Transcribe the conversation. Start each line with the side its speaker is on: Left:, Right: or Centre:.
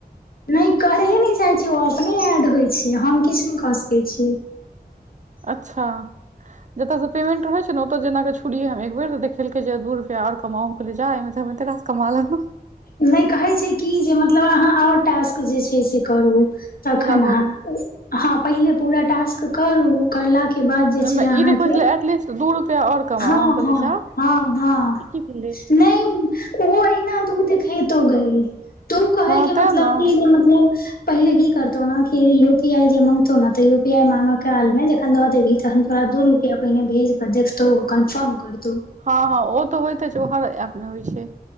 Left: नहि करहे नहि चाहै छी ओ अपने एड होइ छै हम किछु नहि कऽ सकैत छी
Right: अच्छा जतय से पेमेंट रहैत छै ने ओतय जेनाकेँ छोड़िये हम एक बेर खेलकेँ जे दू रुपैआ आर कमाई ल जा एहिमे तो हम एतय रास कमा लेलहुँ
Left: नहि कहैत छै कि जे मतलब अहाँ ओर टास्क जे छै से करू तखन
Right: पूरा करू
Left: अहाँ हँ पहिले पूरा टास्क करू करला केँ बाद जे
Right: ओहिमे
Left: छै अहाँके
Right: ई देखबै छलै एटलीस्ट दू रुपैआ आओर कमाउ
Left: हँ
Right: हम कहलियै
Left: हँ
Right: जा
Left: हँ हँ
Right: ई की भेलै
Left: नहि ओ एहना तू देखे तो गई तू कहेके
Right: हँ तें
Left: मतलब
Right: ने
Left: क जे मतलब पहिले की करतौ ने कि यू पी आई जे माँगतौ ने तऽ यू पी आई माँगे कालमे जखन दऽ देबही तखन तोरा दूर पाहिने भेज क कंफर्म करतहुँ
Right: हँ हँ ओ तऽ होइते छै ओ हर ऐप मे होइ छै